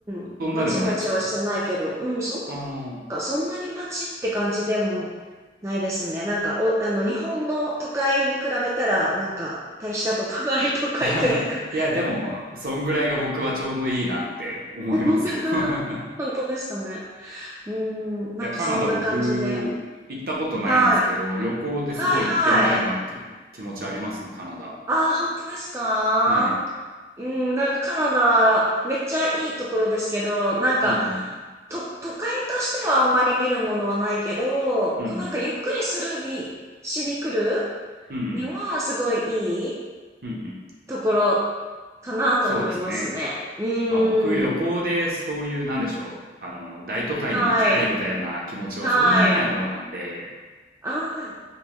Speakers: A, on the right (about 15°); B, on the right (about 55°).
A: ん、
B: そんなでもないですか
A: まちまちはしてないけど、うん、そんな、
B: ああー。
A: か、そんなにまちって感じでもないですね。なんか、お、あの、日本の都会に比べたら、なんか、大したことない都会というか
B: <laughs> いや、でも、そんぐらいが僕はちょうどいいなって思いますよ。
A: <laughs>
B: <laughs>
A: 本当ですかね。うーん、なんかそんな感じで。
B: いや、カナダ僕、行ったことないんですけど、
A: はい。
B: 旅行ですごい行ってみたいなっていう気持ちありますね、
A: はいはい。
B: カナダ。
A: ああ、本当ですか
B: はい。
A: うん、なんかカナダ、めっちゃいいところですけど、なんか、
B: うん、
A: と、都会としてはあんまり見るものはないけど、
B: うん、
A: こうなんかゆっくりするに、
B: うん、
A: しに来る
B: うん、うん、
A: にはすごいいい
B: うん、うん。
A: ところかなと思いますね。
B: そうですね。
A: うーん。
B: まあ僕、旅行でそういう、なんでしょう、あの、大都会に行きたいみたいな気持ちはそんなにない方なんで、
A: はい。はい。ああ、